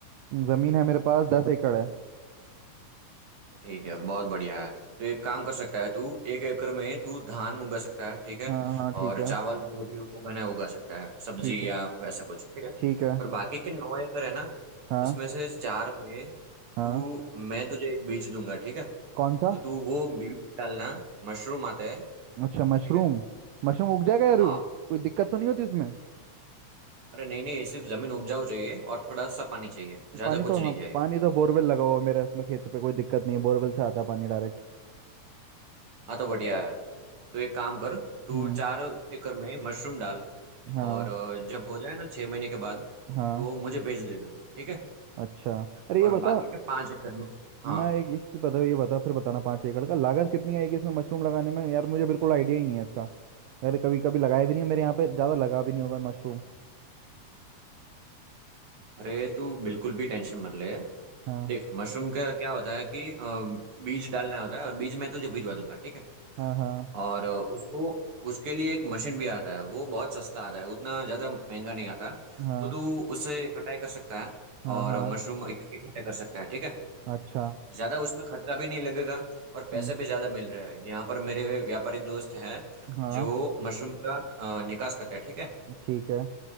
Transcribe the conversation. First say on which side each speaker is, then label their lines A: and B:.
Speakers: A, on the right; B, on the right.
A: ज़मीन है मेरे पास दस एकड़ है
B: ठीक है बहुत बढ़िया है तो एक काम कर सकता है तू एक एकड़ में तू धान उगा सकता है ठीक है
A: हाँ हाँ ठीक
B: और
A: है
B: चावल जो भी उगाना है उगा सकता है सब्जी
A: ठीक है
B: या वैसा कुछ ठीक है
A: ठीक है
B: और बाकी के नौ एकड़ है ना
A: हाँ
B: उसमें से चार में
A: हाँ
B: तू मैं तुझे एक बीज दूंगा ठीक है
A: कौन सा
B: तो तू वो बीज डालना मशरूम आता है
A: अच्छा
B: ठीक
A: मशरूम
B: है
A: मशरूम उग जाएगा यारू
B: हाँ
A: कोई दिक्कत तो नहीं होती उसमें
B: अरे नहीं नहीं सिर्फ जमीन उपजाऊ चाहिए और थोड़ा सा पानी चाहिए ज्यादा
A: पानी तो
B: कुछ नहीं
A: हाँ
B: चाहिए
A: पानी तो बोरवेल लगा हुआ है मेरे उसमें खेत पे कोई दिक्कत नहीं है बोरवेल से आता है पानी डायरेक्ट
B: हाँ तो बढ़िया है तो एक काम कर तू
A: हम्म
B: चार एकड़ में मशरूम डाल
A: हाँ
B: और अ, जब हो जाए ना छह महीने के बाद
A: हाँ
B: तो मुझे भेज देना ठीक है
A: अच्छा अरे
B: और
A: ये बता
B: बाकी के पांच एकड़ में हाँ
A: मैं एक एक चीज़ बता ये बता फिर बताना पाँच एकड़ का लागत कितनी आएगी इसमें मशरूम लगाने में यार मुझे बिल्कुल आइडिया ही नहीं है इसका यार कभी कभी लगाया भी नहीं हूं, मेरे यहाँ पे ज़्यादा लगा भी नहीं होगा मशरूम
B: अरे तू बिल्कुल भी टेंशन मत ले
A: हाँ
B: देख मशरूम का क्या होता है कि अ, बीज डालना होता है और बीज मैं तुझे भिजवा दूंगा ठीक है
A: हाँ हाँ
B: और उसको उसके लिए एक मशीन भी आता है वो बहुत सस्ता आता है उतना ज़्यादा महंगा नहीं आता
A: हाँ
B: तो तू उससे कटाई कर सकता है
A: हाँ
B: और
A: हाँ हाँ,
B: मशरूम इक- इकट्ठा कर सकता है ठीक है
A: अच्छा
B: ज़्यादा उसमें खर्चा भी नहीं लगेगा और पैसे
A: हम्म
B: भी ज़्यादा मिल रहे हैं यहाँ पर मेरे व्यापारी दोस्त हैं
A: हाँ
B: जो मशरूम का अ, निकास करते हैं ठीक है
A: ठीक है